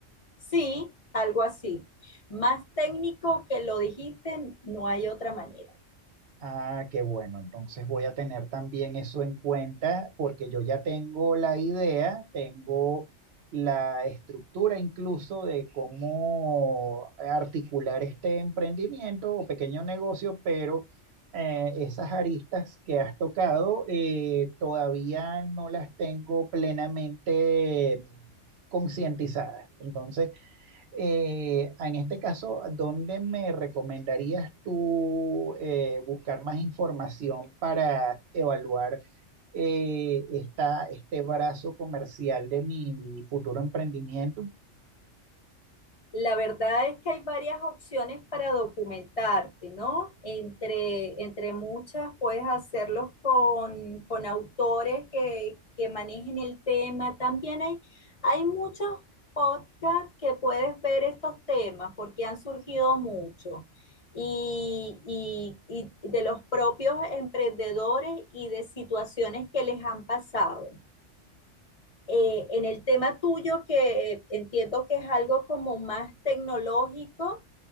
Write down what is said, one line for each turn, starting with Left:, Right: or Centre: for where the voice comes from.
Left: Sí, algo así. Más técnico que lo dijiste, no hay otra manera.
Right: Ah, qué bueno. Entonces voy a tener también eso en cuenta porque yo ya tengo la idea, tengo la estructura incluso de cómo eh, articular este emprendimiento o pequeño negocio, pero eh, esas aristas que has tocado eh, todavía no las tengo plenamente mm, concientizadas. Entonces, eh, en este caso, ¿dónde me recomendarías tú eh, buscar más información para evaluar eh, esta, este brazo comercial de mi futuro emprendimiento?
Left: La verdad es que hay varias opciones para documentarte, ¿no? Entre, entre muchas puedes hacerlos con, con autores que, que manejen el tema. También hay, hay muchos podcasts que puedes ver estos temas porque han surgido mucho Y, y- y de los propios emprendedores y de situaciones que les han pasado. Eh, en el tema tuyo, que entiendo que es algo como más tecnológico,